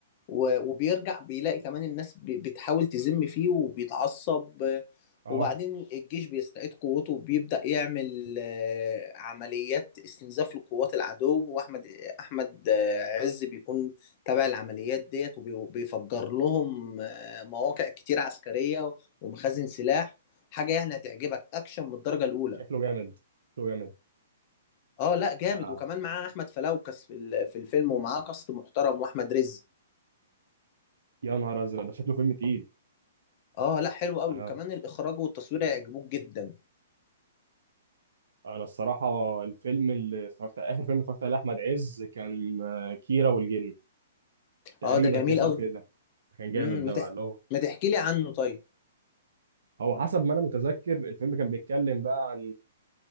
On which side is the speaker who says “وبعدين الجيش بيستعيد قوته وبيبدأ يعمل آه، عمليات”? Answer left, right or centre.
Left